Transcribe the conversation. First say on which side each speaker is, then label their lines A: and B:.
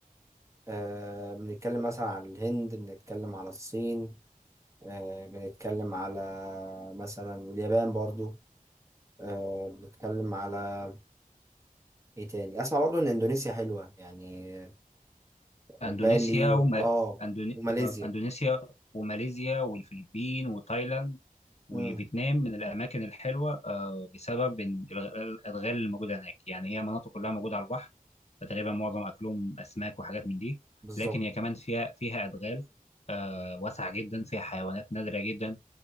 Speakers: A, on the right; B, on the left.
A: آه، بنتكلم مثلا على الهند بنتكلم على الصين آه، بنتكلم على مثلا اليابان برضو آه، بنتكلم على ايه تاني اسمع برضو ان اندونيسيا حلوة يعني بالي
B: اندونيسيا وما...
A: اه
B: أندوني...
A: وماليزيا
B: آه، اندونيسيا وماليزيا والفلبين وتايلاند وفيتنام
A: امم
B: من الاماكن الحلوه آه، بسبب إن الغ- الادغال اللي موجوده هناك يعني هي مناطق كلها موجوده على البحر فتقريبا معظم اكلهم اسماك وحاجات من دي
A: بالظبط
B: لكن هي كمان فيها فيها ادغال آه، واسعه جدا فيها حيوانات نادره جدا